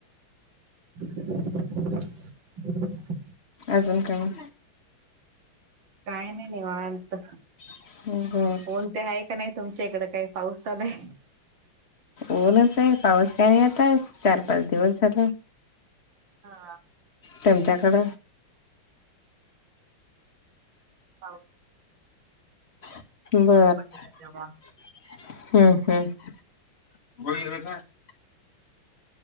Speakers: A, on the right (about 60°); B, on the left (about 35°).
A: <unintelligible>
B: अजून काही
A: काही नाही नाही वात.
B: ह् ह.
A: कोण ते आहे का नाही तुमच्या इकड काही पाऊस चालाय.
B: ओनच आहे पाऊस काय नाही आताय चार पाच दिवस झाला.
A: हां.
B: तमच्याकड
A: पाऊ
B: बर
A: पडलेला तेव्हा
B: हम्म हम्म.